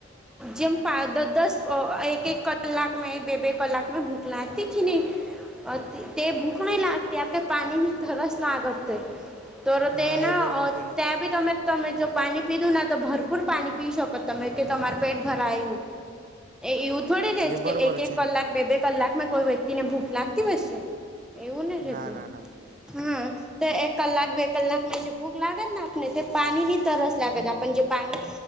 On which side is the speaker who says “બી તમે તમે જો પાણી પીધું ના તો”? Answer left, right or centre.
Centre